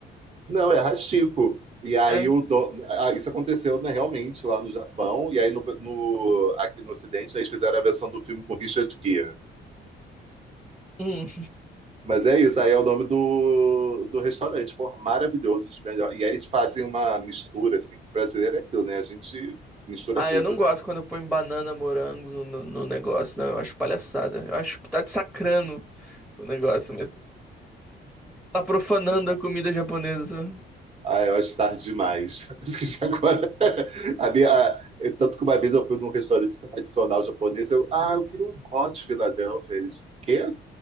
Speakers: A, on the right; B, in the centre.
A: Não, é Hachiko. E aí
B: É.
A: o dono, ah, isso aconteceu né, realmente lá no Japão e aí no, no- aqui no Ocidente eles fizeram a versão do filme com Richard Gere.
B: Hum.
A: Mas é isso, aí é o nome do, do restaurante, pô, maravilhoso, um dos melhores. E aí eles fazem uma mistura, assim, que brasileiro é aquilo, né? A gente mistura
B: Ah,
A: tudo,
B: eu não gosto
A: né?
B: quando eu ponho banana, morango no, no, no negócio, não. Eu acho palhaçada. Eu acho que tá desacrando o negócio, mas tá profanando a comida japonesa. sabe?
A: Ah, eu acho tarde demais. <laughs> Acho que já agora. <laughs> A minha, a- eu- tanto que uma vez eu fui num restaurante tradicional japonês, eu, ah, eu queria um hot Philadelphia. Eles, quê?